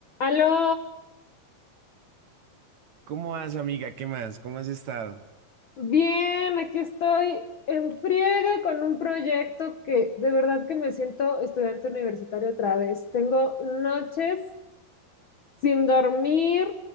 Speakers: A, on the left (about 75°); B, on the right (about 60°).
A: Aló,
B: ¿Cómo vas, amiga? ¿Qué más? ¿Cómo has estado?
A: bien, aquí estoy en friega con un proyecto que de verdad que me siento estudiante universitario otra vez. Tengo noches sin dormir,